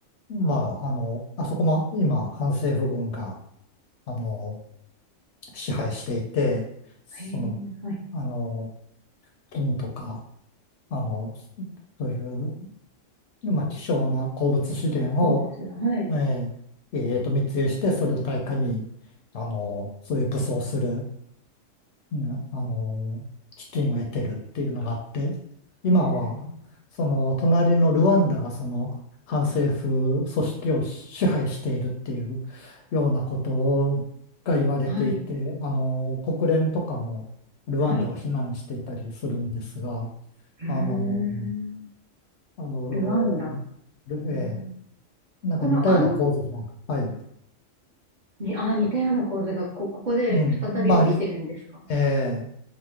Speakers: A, on the left; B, on the right.
A: まあ、あの、あそこも今、反政府軍が、あの支配していて、その、
B: へえ、はい。
A: あの、金とか、あの、そういう、まあ、希少な鉱物資源を、
B: 好物。はい。
A: えーえーと、密輸して、それを対価に、あの、そういう武装するね、あの、基金を得てるっていうのがあって、今は、
B: うん。
A: その、隣のルワンダがその、反政府組織を支配しているっていうようなことをが言われていて、
B: はい。
A: あの、国連とかもルワンダを非難していたりするんですが、
B: はい。うーん。
A: あの、あの、
B: ルワンダ。うん、
A: ええなんか似たような構図も、
B: このア
A: はい、
B: に、あー、似たような構図がこ、ここで再び起きてるんですか
A: うん、まあ、ええ